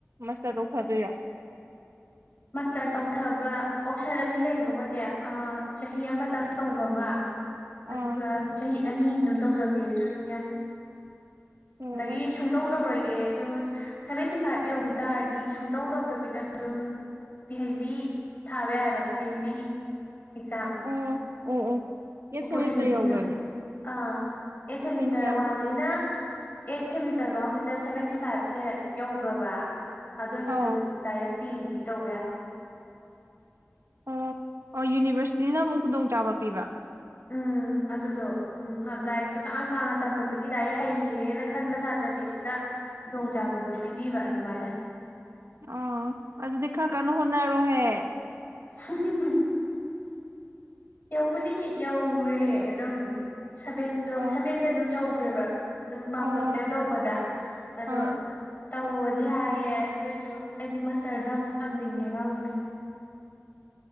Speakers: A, on the right; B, on the left.
A: ꯃꯥꯁꯇ꯭ꯔ ꯇꯧꯊꯗꯣꯏꯔꯣ
B: ꯃꯥꯁꯇ꯭ꯔ ꯇꯧꯊꯕ ꯑꯣꯞꯁꯟ ꯑꯅꯤ ꯂꯩꯕꯀꯣ ꯆꯦ ꯑꯥ ꯆꯍꯤ ꯑꯃꯇꯪ ꯇꯧꯕꯃ ꯑꯗꯨꯒ
A: ꯑꯥ
B: ꯆꯍꯤ ꯑꯅꯤ ꯑꯗꯨꯝ ꯇꯧꯖꯒꯦꯁꯨ ꯑꯗꯨꯝ ꯌꯥꯏ
A: ꯑꯣ
B: ꯗꯒꯤ ꯁꯨꯡꯇꯧ ꯇꯧꯔꯣꯏ ꯒꯦ ꯑꯗꯨ ꯁꯦꯚꯦꯟꯇꯤ ꯐꯥꯏꯚ ꯌꯧꯒꯤ ꯇꯥꯔꯗꯤ ꯁꯨꯡꯇꯧ ꯇꯧꯗꯕꯤꯗ ꯑꯗꯨꯝ ꯄꯤ ꯑꯩꯩꯁ ꯗꯤ ꯊꯥꯕ ꯌꯥꯏꯕ ꯄꯤ ꯑꯩꯩꯁ ꯗꯤꯒꯤ ꯑꯦꯛꯖꯥꯝ
A: ꯑꯣ ꯑꯣ ꯑꯣ ꯑꯩꯠ
B: ꯑꯣꯄꯣꯔꯆꯨꯅꯤꯇꯤꯗꯣ
A: ꯁꯦꯃꯦꯁꯇꯔ ꯌꯧꯈ꯭ꯔꯗꯤ
B: ꯑꯥ ꯑꯩꯠ ꯁꯦꯃꯤꯁꯇ꯭ꯔ
A: ꯑꯦ ꯌꯥꯝ
B: ꯋꯥꯟꯗꯩꯅ ꯑꯦꯠ ꯁꯦꯃꯤꯁꯇ꯭ꯔ ꯐꯥꯎꯁꯤꯗ ꯁꯚꯦꯟꯇꯤ ꯐꯥꯏꯚꯁꯦ ꯌꯧꯒꯔꯕ ꯑꯗꯨꯑꯣꯏꯗꯤ
A: ꯑꯧ
B: ꯑꯗꯨꯝ ꯗꯥꯏꯔꯦꯛ ꯄꯤ ꯍꯩꯁ ꯗꯤ ꯇꯧꯕ ꯌꯥꯔꯦ
A: ꯑꯣ ꯑꯣ ꯌꯨꯅꯤꯚ꯭ꯔꯁꯤꯇꯤꯅ ꯑꯃꯨꯛ ꯈꯨꯗꯣꯡꯆꯥꯥꯕ ꯄꯤꯕ
B: ꯎꯝ ꯑꯗꯨꯗꯣ ꯎꯝ ꯍ ꯂꯥꯏꯔꯤꯛꯇꯣ ꯁꯥꯡ ꯁꯥꯡꯅ ꯇꯝꯕꯗꯨꯒꯤ ꯂꯥꯏꯔꯤꯛ ꯍꯩꯔꯦꯅ ꯈꯟꯕ ꯁꯥꯇ꯭ꯔꯁꯤꯡ ꯗꯨꯗ ꯈꯨꯗꯣꯡꯆꯥꯕꯗꯣ ꯄꯤꯕꯤꯕ ꯑꯗꯨꯃꯥꯏꯅ
A: ꯑꯣ ꯑꯗꯨꯗꯤ ꯈꯥꯔ ꯀꯟꯅ ꯍꯣꯠꯅꯔꯣꯍꯦ
B: ꯍꯝ ꯍꯝ ꯌꯧꯕꯨꯗꯤ ꯌꯧꯔꯦ ꯑꯗꯨꯝ ꯁꯚꯦꯟꯗꯣ
A: ꯑꯣ
B: ꯁꯚꯦꯟꯗ ꯑꯗꯨꯝ ꯌꯧꯒ꯭ꯔꯦꯕ ꯑꯗꯨꯝ ꯃꯥꯛ
A: ꯑꯣ
B: ꯇꯣꯇꯦꯜ ꯇꯧꯕꯗ ꯑꯗꯣ
A: ꯑꯥ
B: ꯇꯧꯑꯣꯗꯤ ꯍꯥꯏꯌꯦ ꯑꯗꯨꯏꯖꯨ ꯑꯩꯗꯤ ꯃꯥꯁꯇꯔꯗꯣ ꯌꯥꯝ ꯇꯝꯅꯤꯡꯒꯦ ꯈꯪꯗꯦ